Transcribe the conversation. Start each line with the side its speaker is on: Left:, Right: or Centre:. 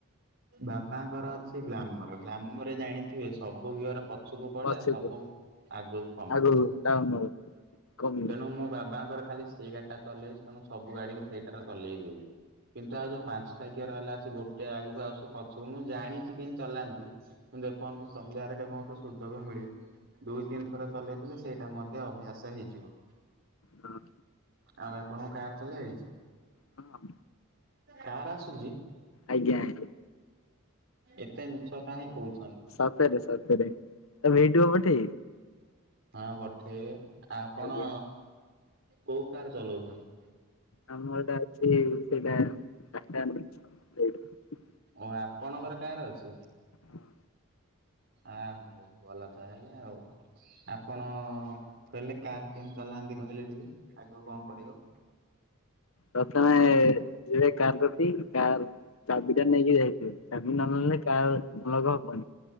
Right: ବାବାଙ୍କର ଅଛି ଗ୍ଲାମର ଗ୍ଲାମର ଜାଣିଥିବେ ସବୁ ଗିଅର ପ ଛ କୁ ପଡେ
Left: ପଛକୁ
Right: ଆଉ ସବୁ ଆଗକୁ କମ୍
Left: ଆଗକୁ
Right: ଯା
Left: ଡାଉନ ହବ କମିବ
Right: ତେଣୁ ମୁଁ ବାବାଙ୍କର ଖାଲି ସେଇ ଗାଡି ଟା ଚଲେଇଛି ତେଣୁ ସବୁ ଗାଡି ମୁଁ ସେଇଟାର ଚଲେଇ ଦେବି। କିନ୍ତୁ ଆଉ ଯୋଉ ପାଞ୍ଚଟା ଗିଅର ବାଲା ଅଛି ଗୋଟେ ଆଗକୁ ଆଉ ସବୁ ପଛକୁ ମୁଁ ଜାଣିଛି କେମତି ଚଲାନ୍ତି। କିନ୍ତ ଏ ପଯ୍ୟନ୍ତ ଚଲେଇବାରେ କେବେ ମୋତେ ସୁଯୋଗ ମିଳିନି। ଦୁଇ ତିନି ଥର ଚଲେଇଥିଲେ ସେଇଟା ମଧ୍ୟ ଅଭ୍ୟାସ ହେଇଯିବ।
Left: ହୁଁ।
Right: ଆଉ ଆପଣଙ୍କୁ କାର ଚଲେଇ ଆଇଛି
Left: ହଁ
Right: କାର ଆସୁ ଜି
Left: ଆଜ୍ଞା ଆଜ୍ଞା
Right: ଏତେ ମିଛ କାହିଁ କହୁଛ?
Left: ସତରେ ସତରେ ଏ ଭିଡ଼ିଓ ପଠେଇବି।
Right: ହଁ ପଠେଇବେ ଆପଣ
Left: ଆଜ୍ଞା
Right: କୋଉ କାର୍ ଚଲୋଉଛନ୍ତି?
Left: ଆମଟା ଅଛି ସେଇଟା ଟା। <unintelligible>
Right: ଓ ଆପଣଙ୍କର କାର୍ ଅଛି?
Left: ହଁ।
Right: ଆଁ ବହୁତ ଭଲ ତାହେଲେ ଆଉ ଆପଣ କହିଲେ କାର୍ କେମିତି ଚଲା ନ୍ତି କହିଲେ ଟିକେ ଆଗ କଣ କରିବ?
Left: ପ୍ରଥମେ ଯବେ କାର ଦେଖିଲି କାର ଚାବି ଟା ନେଇକି ଯାଇଥିବେ ଚାବି ନ ନେଲେ କାର ଲକ ହବନି।